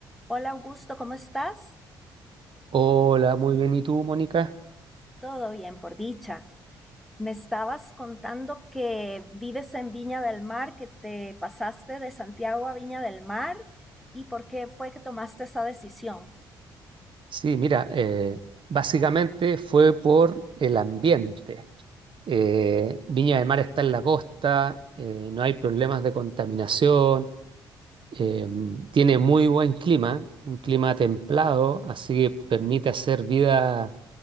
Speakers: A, in the centre; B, on the right.
A: Hola Augusto, ¿cómo estás?
B: Hola, muy bien. ¿Y tú, Mónica?
A: Todo bien, por dicha. Me estabas contando que vives en Viña del Mar, que te pasaste de Santiago a Viña del Mar y por qué fue que tomaste esa decisión.
B: Sí, mira, eh, básicamente fue por el ambiente. Eh, Viña del Mar está en la costa, eh, no hay problemas de contaminación, eh, tiene muy buen clima, un clima templado, así que permite hacer vida